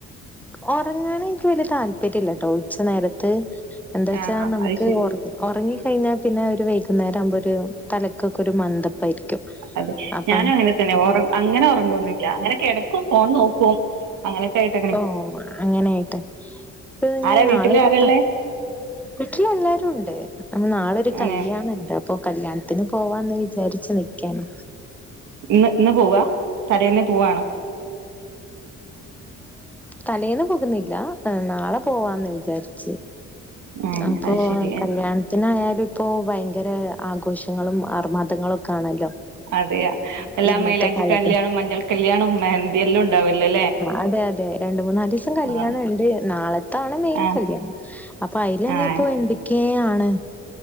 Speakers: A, in the centre; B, on the right.
A: ഉറങ്ങാനെനിക്ക് വല്യ താല്പര്യം ഇല്ലാട്ടോ ഉച്ച നേരത്ത്. എന്താ വെച്ചാ
B: ആഹ്
A: നമുക്ക്
B: അത് ശരി
A: ഉറങ്ങി കഴിഞ്ഞാൽ പിന്നെ ഒര് വൈകുന്നേരാകുമ്പോ തലക്കൊക്കെ ഒരു മന്ദപ്പായിരിക്കും
B: അതെ
A: അപ്പ
B: ഞാനും അങ്ങനെ അങ്ങനെ ഉറങ്ങുവൊന്നുല്ല അങ്ങനെക്കെടക്കും ഫോൺ നോക്കും അങ്ങനയിട്ടക്കെ
A: ഓ അങ്ങനെയായിട്ടെ അപ്പൊ ഇനി
B: ആരാ വീട്ടില്
A: നാളെ ഒരു
B: ആരാള്ളെ
A: വീട്ടിലെല്ലാരുണ്ട്. അപ്പം നാളൊരു
B: അങ്ങനെ
A: കല്യാണം ഉ. ഇപ്പൊ കല്യാണത്തിന് പോവാന്ന് വിചാരിച്ചു നിക്കാണ്.
B: ഇന്ന് പോവാ തലേന്നേ പോവണോ?
A: തലേന്ന് പോകുന്നില്ല നാളെ പോവാന്ന് വിചാരിച്ച്.
B: ഉം
A: അപ്പൊ
B: അത് ശരി
A: കല്യാൺ
B: ഏ
A: എങ്ങനെയാലും ഇപ്പോ ഭയങ്കര ആഘോഷങ്ങളും ആർമാദങ്ങളൊക്കെ ആണല്ലോ
B: അതെയ
A: ഇ-
B: എല്ലാ
A: ഇന്നത്തെ
B: മയിലാഞ്ചിക്കല്യാണം
A: കാലത്ത്
B: മഞ്ഞൾ കല്യാണം മെഹന്തിയെല്ലോം ഉണ്ടാവല്ലേ
A: അതെ രണ്ട് മൂന്നാല് ദിവസം കല്യാണണ്ട്.
B: ആഹ്
A: നാളത്താണ് മെയിൻ
B: ആഹ്
A: കല്യാണം. അപ്പൊ അയിലെന്നെ
B: ആഹ്
A: ഇപ്പോ എന്തൊക്കെയാണ്